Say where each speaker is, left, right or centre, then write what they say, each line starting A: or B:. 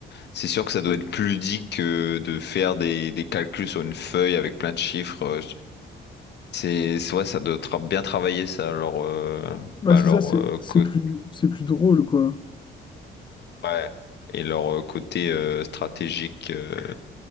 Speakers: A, on the left (about 60°); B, on the left (about 25°).
A: C'est sûr que ça doit être plus ludique que de faire des, des calculs sur une feuille avec plein de chiffres. euh, C'est, c'est- ouais, ça doit tra- bien travailler ça, leur, euh,
B: Bah
A: bah,
B: c'est
A: leur
B: ça, c'est
A: euh,
B: c'est
A: côté,
B: plus, c'est plus drôle, quoi.
A: ouais, et leur euh, côté euh, stratégique euh,